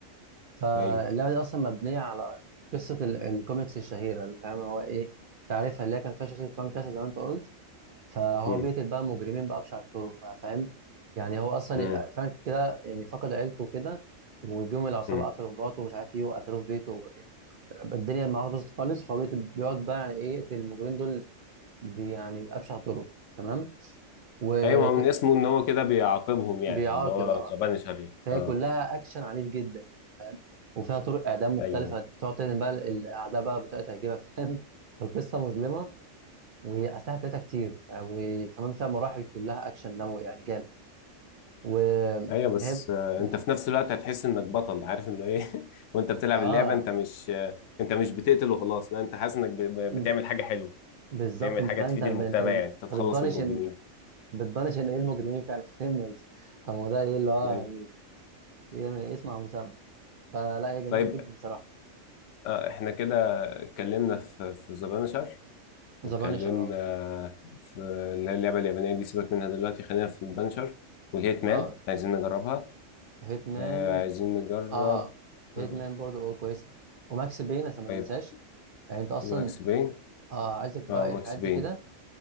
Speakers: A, on the right; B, on the left.
A: فاللعبه
B: ايوه
A: دي اصلا مبنيه على قصه ال... الكوميكس الشهيره اللي فاهم هو ايه تعرفها اللي هي كان فيها شخصيه فرانك كاسل زي ما انت قلت فهو
B: امم
A: بيقتل بقى مجرمين بأبشع الطرق بقى فاهم يعني هو اصلا
B: امم
A: فرانك كده يعني فقد عيلته كده وجم العصابه
B: امم
A: قتلوا مراته ومش عارف ايه وقتلوه في بيته الدنيا معاه باظت خالص فهو بيت- بيقعد بقى يعني ايه يقتل المجرمين دول بي- يعني بأبشع طرق تمام وكانت
B: ايوه ما هو من اسمه ان هو كده بيعاقبهم يعني
A: بيعاقب
B: اللي هو
A: اه
B: ذا بانشر يعني.
A: فهي
B: اه
A: كلها اكشن عنيف جدا يعني فاهم وفيها طرق اعدام مختلفه
B: ايوه
A: تقعد تدعم بقى الاعداء بقى بطريقه تعجبك <laughs> فاهم فالقصه مظلمه والاسلحه بتاعتها كتير آه، وكمان فيها مراحل كلها اكشن دموي يعني جامد وهي
B: ايوه بس آه
A: م-
B: انت في نفس الوقت هتحس انك بطل عارف ان ايه <laughs> وانت بتلعب
A: اه
B: اللعبه انت مش آه انت مش بتقتل وخلاص لا انت حاسس انك ب- ب-
A: انت
B: بتعمل حاجه حلوه
A: بالظبط
B: بتعمل
A: انت
B: حاجه
A: فاهم
B: تفيد
A: انت
B: المجتمع
A: انت أنت
B: يعني انت تتخلص
A: بتبانش
B: من المجرمين
A: ان بتبانش ان ايه المجرمين فعلا كريمنالز طب ما هو ده ايه اللي هو
B: ايوه
A: هي اسم ابو سلمى فلا هي جميله
B: طيب
A: جدا صراحه
B: آه، احنا كده اتكلمنا في في ذا بانشر واتكلمنا
A: ذا بانشر اه
B: في اللي هي اللعبة اليابانية دي سيبك منها دلوقتي خلينا في البانشر والهيت مان
A: اه
B: عايزين نجربها
A: هيتمان
B: آه، عايزين نجرب
A: اه هيتمان
B: آه،
A: برضه اه كويسه وماكس بين عشان ما
B: طيب
A: ننساش يعني انت اصلا
B: ماكس بين
A: اه عايزك بقى
B: اه
A: ايه
B: ماكس
A: الحاجات دي
B: بين
A: كده